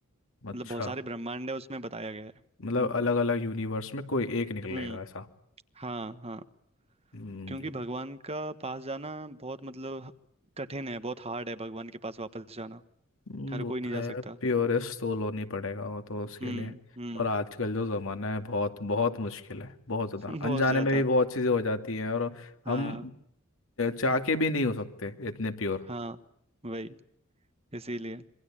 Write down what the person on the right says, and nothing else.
मतलब
बहुत सारे ब्रह्मांड है उसमें बताया गया है
हम्म
हम्म
हाँ हाँ
क्योंकि भगवान का पास जाना बहुत मतलब कठिन है बहुत हार्ड है भगवान के पास वापस जाना
हर
कोई नहीं
जा
सकता
हम्म
हम्म
<laughs> बहुत
ज्यादा
हाँ
हाँ वही इसीलिए